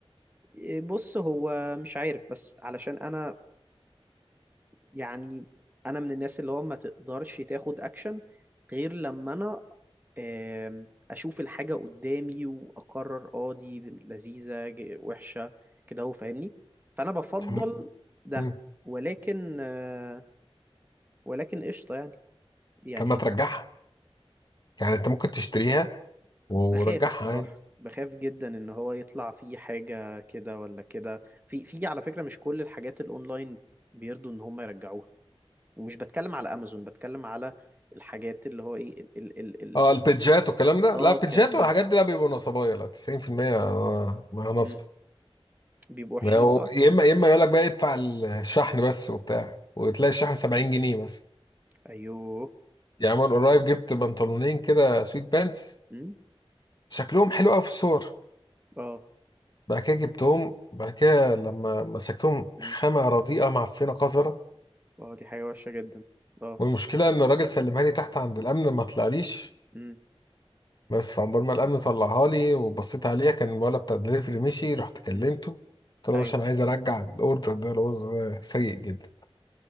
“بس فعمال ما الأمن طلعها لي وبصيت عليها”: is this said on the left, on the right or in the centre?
Left